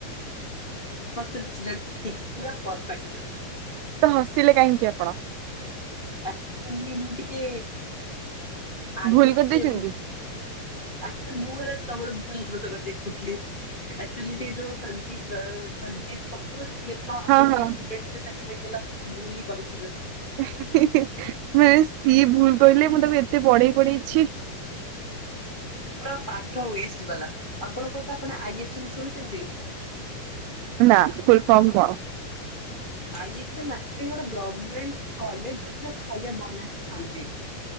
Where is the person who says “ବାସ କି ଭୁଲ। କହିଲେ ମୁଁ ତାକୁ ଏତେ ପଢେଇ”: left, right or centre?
Right